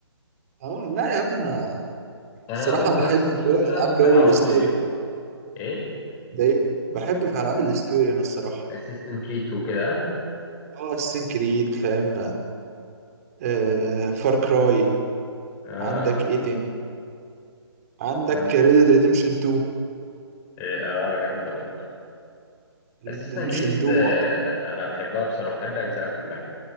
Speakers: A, on the right (about 35°); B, on the left (about 20°).
A: اه لا يا عم انا
B: انا
A: الصراحه
B: امونج
A: بحب
B: اس
A: في
B: دي
A: جو
B: مثلا
A: الالعاب
B: ممكن
A: جو
B: العبها
A: الستوري
B: طول اليوم ايه
A: ده بحب في العاب الستوري انا الصراحه
B: اسيستنت كريد وكده
A: اه السين كريد فاهم آه فار كراي
B: اه
A: عندك
B: اه
A: ايه تاني عندك
B: عن...
A: ريد ديد ريديمشن 2
B: اه آه، جامده برضو
A: ريد
B: اسيستنت
A: ديد ريديمشن
B: كريد
A: 2
B: آه انا بحبها بصراحه بحب اجزاء كلها